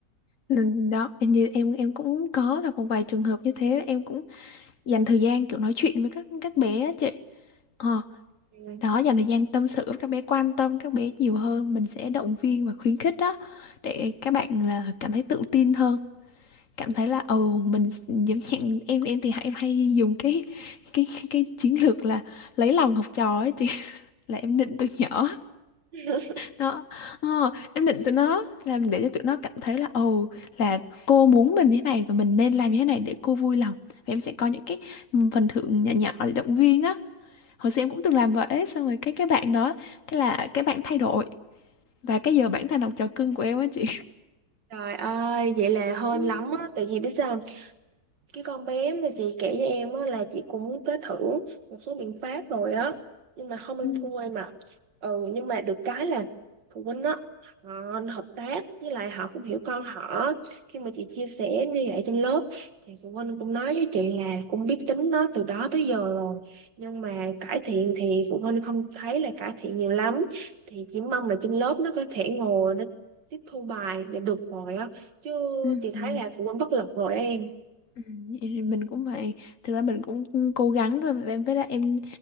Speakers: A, on the left; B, on the right.
A: Nên đó em như em em cũng có gặp một vài trường hợp như thế em cũng dành thời gian kiểu nói chuyện với các các bé á chị ờ,
B: Ừ.
A: đó dành thời gian tâm sự với các bé quan tâm các bé nhiều hơn mình sẽ động viên và khuyến khích đó để các bạn là cảm thấy tự tin hơn cảm thấy là ồ mình giống như em em thì hay hay dùng cái cái cái, cái chiến lược là lấy lòng học trò ấy chị <laughs> là em nịnh từ nhỏ
B: <laughs>
A: Đó. Ờ, em định tụi nó làm để cho tụi nó cảm thấy là ồ là cô muốn mình như thế này và mình nên làm như thế này để cô vui lòng. Và em sẽ có những cái ừ, phần thưởng nhỏ nhỏ để động viên á. Hồi xưa em cũng từng làm vậy xong rồi cái cái bạn đó thế là cái bạn thay đổi và cái giờ bản thành đọc trò cưng của em á chị.
B: trời ơi vậy là hên
A: Ừ,
B: lắm á tại vì biết sao cái con bé mà chị kể cho em á, là chị cũng có thử một số biện pháp rồi á nhưng mà không ăn
A: ừ,
B: thua em ạ ừ nhưng mà được cái là phụ huynh á họ hợp tác với lại họ cũng hiểu con họ khi mà chị chia sẻ như vậy trong lớp thì phụ huynh cũng nói với chị là cũng biết tính nó từ đó tới giờ rồi nhưng mà cải thiện thì phụ huynh không thấy là cải thiện nhiều lắm thì chỉ mong là trên lớp nó có thể ngồi nó tiếp thu bài để được rồi á chứ
A: ừ,
B: chị thấy
A: ừ.
B: là phụ huynh bất lực rồi á em
A: Ừ, vậy thì mình cũng vậy thực ra mình cũng cố gắng thôi em với lại em